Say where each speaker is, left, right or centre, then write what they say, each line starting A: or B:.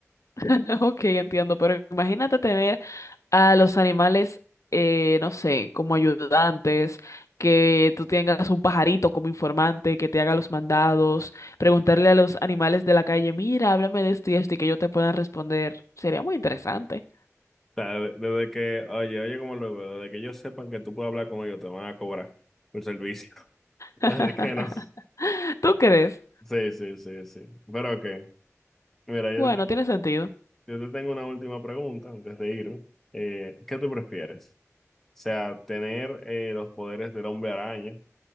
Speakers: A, on the left (about 70°); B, in the centre.
A: <laughs> Ok, entiendo, pero imagínate tener a los animales, eh, no sé, como ayudantes, que tú tengas un pajarito como informante que te haga los mandados, preguntarle a los animales de la calle, mira, háblame de esto y esto y que yo te puedan responder. Sería muy interesante.
B: O sea, de- desde que, oye, oye, como lo veo, desde que ellos sepan que tú puedes hablar con ellos, te van a cobrar por servicio. <laughs>
A: <laughs>
B: Así que no.
A: ¿Tú crees?
B: Sí, sí, sí, sí. Pero ok. Mira, yo
A: Bueno,
B: te,
A: tiene sentido.
B: yo te tengo una última pregunta antes de irme. Eh, ¿qué tú prefieres? O sea, tener eh, los poderes del Hombre Araña